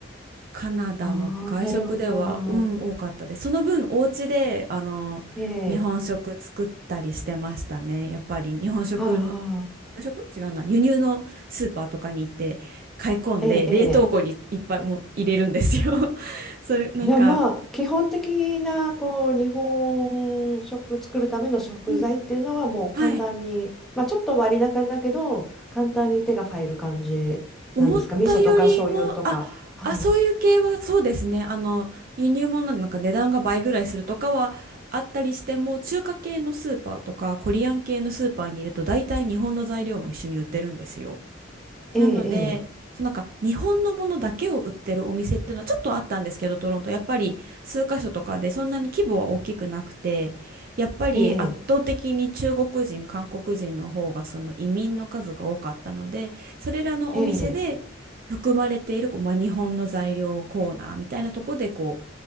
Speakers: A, on the right; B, in the centre.
A: カナダの外食ではうん多かったですその分お家であの日本食作ったりしてましたねやっぱり日本食の
B: ああー、なるほど。ええ、ああ、
A: 日本食違うな輸入のスーパーとかに行って買い込んで冷凍庫にいっぱいもう入れるんですよ
B: ええ、ええ。
A: <laughs> それなんか
B: じゃあまあ、基本的な、こう、日本食作るための食材っていうのはもう簡単に、
A: うんはい
B: まあ、ちょっと割高だけど、簡単に手が入る感じなんですか味噌とか醤油とか。
A: 思ったよりも、あ、
B: はい。
A: あ、そういう系はそうですね。あの、輸入物なんでなんか値段が倍ぐらいするとかはあったりしても、中華系のスーパーとか、コリアン系のスーパーにいると、大体日本の材料も一緒に売ってるんですよ。
B: ええ、
A: なので、そうなんか日本のものだけを売ってるお店っていうのはちょっとあったんですけど、トロント、やっぱり数カ所とかでそんなに規模は大きくなくて、やっぱり圧倒的に中国人、
B: ええ、ええ、
A: 韓国人の方がその移民の数が多かったので、それらのお店で含まれているこう、
B: ええ、
A: まあ、日本の材料コーナーみたいなとこでこ